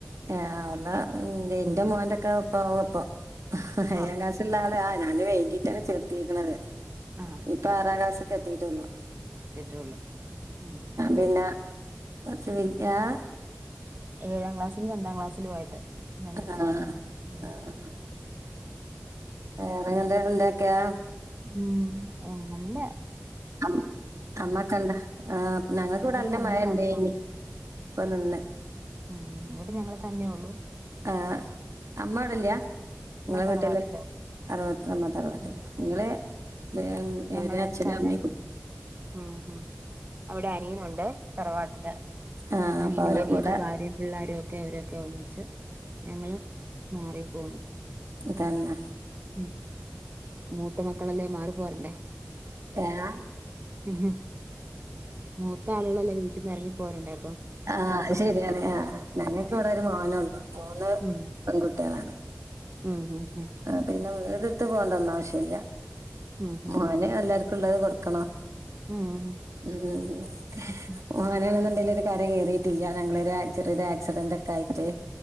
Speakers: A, on the right; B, on the right.
A: ഏ അവള്ടെ
B: ഉം
A: ഇന്റെ മോന്റെക്കെ ഒപ്പാവപ്പം ഏയ്യാം
B: ആ
A: ക്ലാസിള്ള ആള് ആ ഞാനും വൈകിട്ടാണ് ചേർത്തീക്ണത്
B: ആ
A: ഇപ്പൊ ആറാം ക്ലാസ്ക്കെത്തി ട്ടൊള്ളൂ
B: എത്തിട്ടൊള്ളു മ് മ്
A: പിന്നെ <unintelligible>
B: ഏഴാം ക്ലാസിലും രണ്ടാം ക്ലാസ്സിലു ആയിട്ട് രണ്ടു
A: ആ
B: പേര് ഉം
A: ആ വേറെങ്ങട്ട് എന്തെക്കയാ
B: ഉം എന്നെ
A: അം അമ്മ കണ്ടാ ആ ഞങ്ങക്ക് ഇവടെ
B: ഇവിടെ
A: നല്ല
B: ഞങ്ങള്
A: മഴണ്ടേനി
B: തന്നെ ഉള്ളു
A: ഇപ്പം ന്ന്ന്ന്
B: ഉം, ഉം ഇവടിം ഞങ്ങള് തന്നെയൊള്ളൂ
A: ആഹ് അമ്മ അവിടല്യാ നിങ്ങളെ
B: തറവാട്ടില്
A: വീട്ടില് അറു <unintelligible> അമ്മത്തറവാട്ടില്
B: ഉം
A: ഇങ്ങള് <unintelligible>
B: ഞങ്ങള്
A: ഇവര് അച്ഛനും
B: തന്നെ
A: അമ്മിം
B: ഉം, ഉം, അവിടെ, അനിയനുണ്ട് തറവാട്ടില്
A: ആഹ്
B: അനിയനും
A: അപ്പൊ അവരെ
B: അനിയന്റെ
A: കൂടെ
B: ഭാര്യയും പിള്ളാരൊക്കെ അവരൊക്കെ ഒന്നിച്ച് ഞങ്ങള് മാറിപ്പോന്നു
A: അതന്നെ
B: ഉം മൂത്ത മക്കളല്ലേ മാറി പോര്ണ്ടേ
A: ഹാ
B: ഉം മൂത്ത ആളുകളല്ലേ വീട്ടിന്ന് എറങ്ങി പോരണ്ടെ
A: ആ, അയ്ശെരിയാണ് ആഹ ഞങ്ങക്ക്
B: ഉം
A: ഇവിടെ ഒരു മോനൊള്ളു മൂന്ന്
B: ഉം
A: പെൺകുട്ടിളാണ്
B: ഉം, ഹും
A: ആ പിന്നെ വീട്‌ട്ത്ത് പോണ്ടന്നും ആവശ്യല്ല
B: ഉം ഉം
A: മോന് എല്ലാർക്കും. ഇള്ളത്കൊട്ക്കണം
B: ഉം ഉം
A: ഹും ഹും. <unintelligible>
B: ഉം
A: ഒരു കരകേറിട്ടില്യ ഞങ്ങളൊരു ചെറിയൊരു ആക്സിഡന്റ് ഒക്കെ ആയിട്ട്.